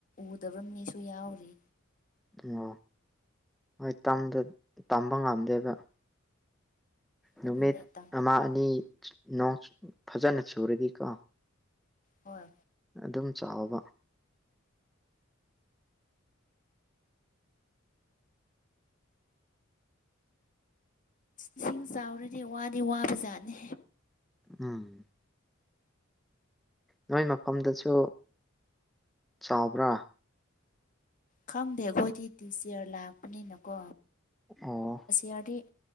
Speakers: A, on the left (about 40°); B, in the centre.
A: ꯎꯗꯕ ꯃꯤꯁꯨ ꯌꯥꯎꯔꯤ
B: ꯑꯣ ꯍꯣꯏ ꯇꯝꯕ ꯉꯝꯗꯦꯕ ꯅꯨꯃꯤꯠ
A: ꯑꯗꯨꯅꯦ ꯇꯝꯂꯒ
B: ꯑꯃ ꯑꯅꯤ ꯅꯣꯡ ꯐꯖꯅ ꯆꯨꯔꯗꯤꯀꯣ
A: ꯍꯣꯏ
B: ꯑꯗꯨꯝ ꯆꯥꯎꯕ
A: ꯏꯁꯤꯡ ꯆꯥꯎꯔꯗꯤ ꯋꯥꯗꯤ ꯋꯥꯕ ꯖꯥꯠꯅꯤ
B: ꯎꯝ ꯅꯣꯏ ꯃꯐꯝꯗꯨꯁꯨ ꯆꯥꯎꯕ꯭ꯔꯥ
A: ꯈꯪꯗꯦ ꯑꯩꯈꯣꯏꯗꯤ ꯇꯤꯆꯌꯔ ꯂꯥꯛꯄꯅꯤꯅꯀꯣ
B: ꯑꯣ
A: ꯌꯥꯔꯗꯤ